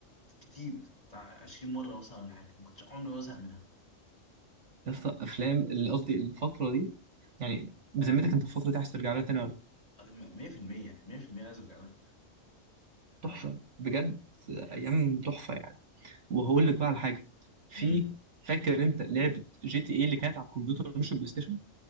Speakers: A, on the left (about 30°); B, on the right (about 65°).
A: كتير بتاع 20 مره مثلا ولا حاجه ما كنتش عمري ما ازهق منها
B: يا اسطى افلام اللي قصدي الفتره دي يعني بذمتك انت الفتره دي عايز ترجع لها تاني ولا لأ؟
A: 100% 100% عايز ارجع لها
B: تحفه بجد ايام تحفه يعني وهقول لك بقى على حاجه في
A: امم
B: فاكر انت لعبه جي تي اي اللي كانت على الكمبيوتر مش البلاي ستيشن